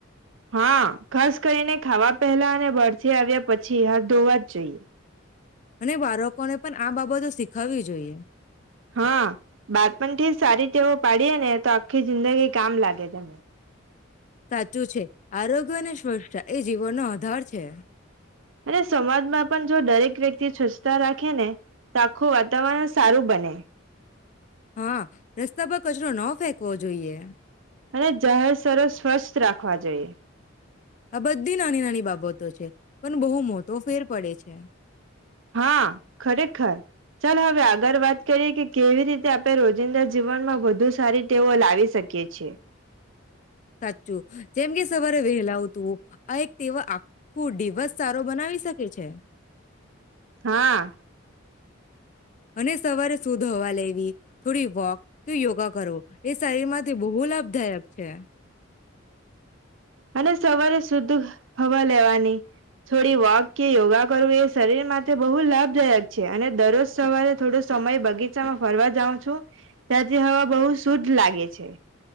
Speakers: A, on the right (about 70°); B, on the left (about 40°).
A: હા, ખાસ કરીને ખાવા પહેલા અને બારથી આવ્યા પછી હાથ ધોવા જ જોઈએ.
B: અને બારકોને પણ આ બાબતો શીખવવી જોઈએ.
A: હા, બાળપણથી જ સારી તેવો પાડીએેને, તો આખી જિંદગી કામ લાગે છે.
B: સાચું છે. આરોગ્ય અને સ્વચ્છતા એ જીવનનો આધાર છે.
A: અને સમાજમાં પણ જો દરેક વ્યક્તિ સ્વચ્છતા રાખે ને તો આખું વાતાવરણ સારું બને.
B: હા રસ્તા પર કચરો ન ફેંકવો જોઈએ.
A: અને જાહેર સરો સ્વસ્થ રાખવા જોઈએ.
B: આ બધી નાની નાની બાબતો છે. પણ બહુ મોતો ફેર પડે છે.
A: હા ખરેખર ચાલ હવે આગળ વાત કરીએ કે કેવી રીતે આપણે રોજિંદા જીવનમાં વધુ સારી ટેવો લાવી શકીએ છીએ.
B: સાચું જેમ કે સવારે વહેલા ઉતવું આ એક તેવ આખું ડી વસ સારો બનાવી શકે છે.
A: હા.
B: અને સવારે શુદ્ધ હવા લેવી થોડી વોક કે યોગા કરવો એ શરીર માંથી બહુ લાભદાયક છે.
A: અને સવારે શુદ્ધ હવા લેવાની થોડી વોક કે યોગા કરવું એ શરીર માટે બહુ લાભદાયક છે અને દરરોજ સવારે થોડો સમય બગીચામાં ફરવા જાઉં છું ત્યાંથી હવા બહુ શુદ્ધ લાગે છે.